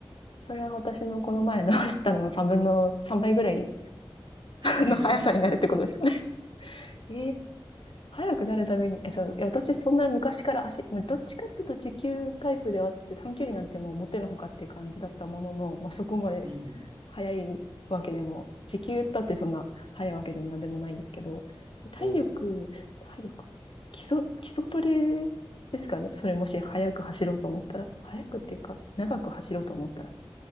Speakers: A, on the left; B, on the right.
A: それは私のこの前の走ったのの3分の3倍ぐらい
B: <laughs>
A: の速さになるってことですかね。<laughs> えー速くなるために、え、そう、いや私そんな昔から足、どっちかっていうと持久タイプではあって短距離なんてもう持てのほかっていう感じだったものの、まあ、そこまで
B: うん
A: 早いわけでも、時給だってそんな早いわけでもなんでもないんですけど、体力、
B: うん。おう、
A: 体力、基礎、基礎トレですかね。それもし早く走ろうと思ったら、早くっていうか、長く走ろうと思ったら。